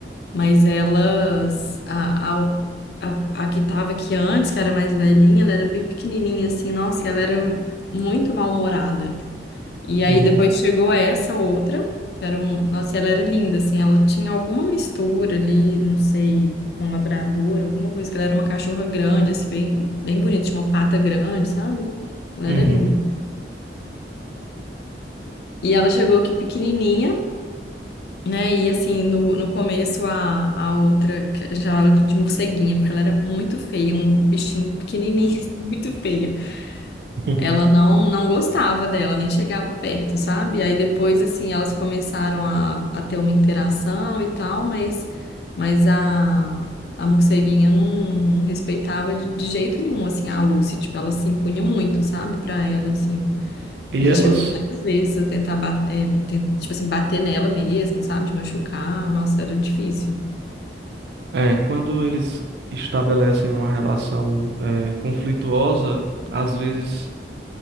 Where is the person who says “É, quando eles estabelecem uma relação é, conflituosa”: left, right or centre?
Right